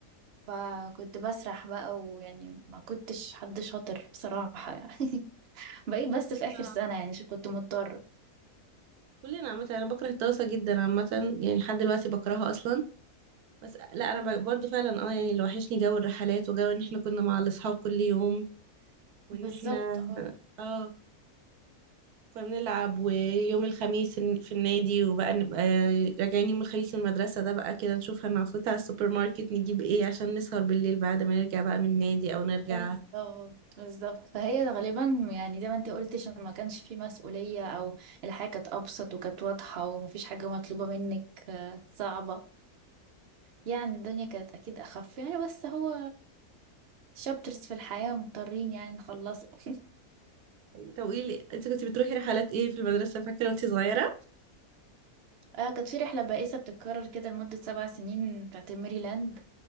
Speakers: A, on the right; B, on the right.
A: فكنت بسرح بقى ويعني ما كنتش حد شاطر بصراحة يعني <laughs> بقيت بس في
B: آه.
A: آخر سنة يعني عشان كنت مضطرة
B: كلنا عامة أنا بكره الدراسة جدا عامة يعني لحد دلوقتي بكرهها أصلا بس لا انا ب- برضو فعلا اه يعني اللي وحشني جو الرحلات وجو ان احنا كنا مع الاصحاب كل يوم وان
A: بالظبط
B: احنا اه كنا بنلعب ويوم الخميس ن- في النادي وبقى نبقى راجعين يوم الخميس من المدرسة ده بقى كده نشوف هنفوت على السوبر ماركت نجيب ايه عشان نسهر بالليل بعد ما نرجع بقى من النادي او نرجع
A: بالظبط بالظبط فهي غالبا يعني زي ما انت قلت عشان ما كانش في مسؤولية او الحياة كانت ابسط وكانت واضحة ومفيش حاجة مطلوبة منك آه، صعبة يعني الدنيا كانت اكيد اخف يعني بس هو شابترز في الحياة مضطرين يعني نخلصه <laughs>
B: طب قولي لي انت كنت بتروحي رحلات ايه في المدرسة فاكرة وانت صغيرة؟
A: آه كانت في رحلة بائسة بتتكرر كده لمدة سبع سنين بتاعت ميريلاند